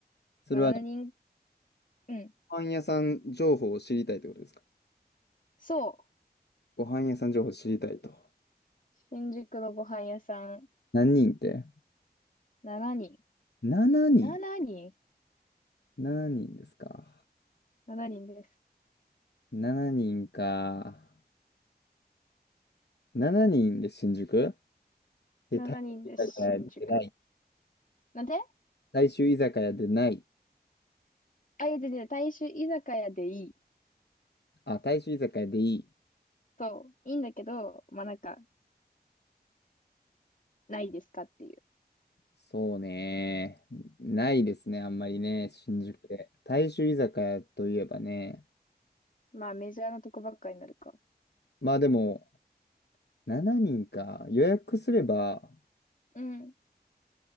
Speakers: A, on the left; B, on the left.
A: それは、
B: まあ7人、うん。
A: ご飯屋さん情報を知りたいってことですか。
B: そう。
A: ご飯屋さん情報を知りたいと。
B: 新宿のご飯屋さん
A: 何人って
B: 7人。7人
A: ?7 人。7人ですか。
B: ?7 人です。
A: 7人か。7人で新宿で、
B: 7人です新宿。
A: 大衆居酒屋でない。
B: なんで
A: 大衆居酒屋でない。
B: あ、いや、で、で、大衆居酒屋でいい。
A: あ、大衆居酒屋でいい。
B: そう、いいんだけど、まあ、なんか、ないですかっていう。
A: そうね。ないですね、あんまりね、新宿で。大衆居酒屋といえばね。
B: まあ、メジャーなとこばっかになるか。
A: まあでも、7人か。予約すれば、
B: うん。